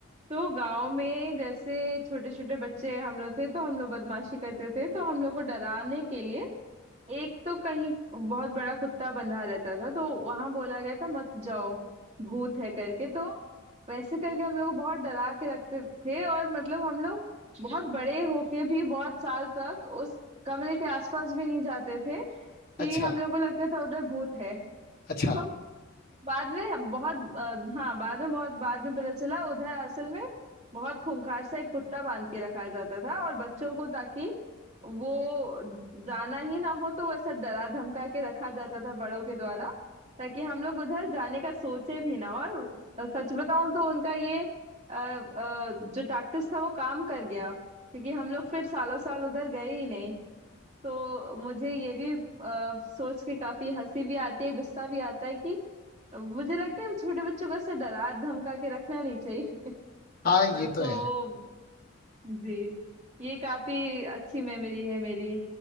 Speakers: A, on the right (about 35°); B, on the left (about 50°).
A: तो गांव में जैसे छोटे छोटे बच्चे हम लोग थे तो हम लोग बदमाशी करते थे तो हम लोग को डराने के लिए एक तो कहीं बहुत बड़ा कुत्ता बंधा रहता था तो वहां बोला गया था मत जाओ भूत है करके तो वैसे करके हम लोग को बहुत डरा के रखते थे और मतलब हम लोग बहुत बड़े होके भी बहुत साल तक उस कमरे के आसपास भी नहीं जाते थे कि
B: अच्छा
A: हम लोग को लगता था उधर भूत है
B: अच्छा
A: <laughs> बाद में हम बहुत अ, हाँ बाद में बहुत बाद में पता चला उधर असल में बहुत खूंखार सा एक कुत्ता बांध के रखा जाता था और बच्चों को ताकि वो जाना ही ना हो तो वो ऐसा डरा धमका के रखा जाता था बड़ों के द्वारा ताकि हम लोग उधर जाने का सोचे भी ना और सच बताऊं तो उनका ये अ, अ, जो टैक्टिस था वो काम कर गया क्योंकि हम लोग फिर सालों साल उधर गए ही नहीं तो मुझे ये भी अ, सोच के काफी हंसी भी आती है गुस्सा भी आता है कि मुझे लगता है हम छोटे बच्चों को ऐसे डरा धमका के रखना नहीं चाहिए
B: हाँ ये
A: <laughs>
B: तो
A: तो
B: है
A: जी ये काफी अच्छी मेमोरी है मेरी